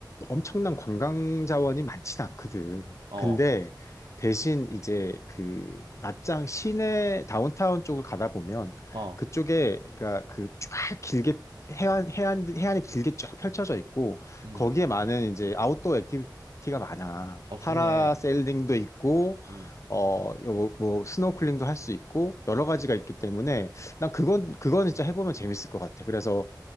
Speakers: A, on the left (about 40°); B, on the right (about 75°).
A: 엄청난 관광 자원이 많진 않거든.
B: 어,
A: 근데 대신 이제 그 낮장 시내 다운타운 쪽을 가다 보면
B: 어,
A: 그쪽에 그러니까 그 쫙 길게 해안 해안 해안이 길게 쫙 펼쳐져 있고
B: 음,
A: 거기에 많은 이제 아웃도어 액티비티가 많아.
B: 아 좋네,
A: 파라세일링도 있고
B: 음,
A: 어뭐 스노클링도 할 수 있고 여러 가지가 있기 때문에 난 그건 그건 진짜 해보면 재밌을 것 같아. 그래서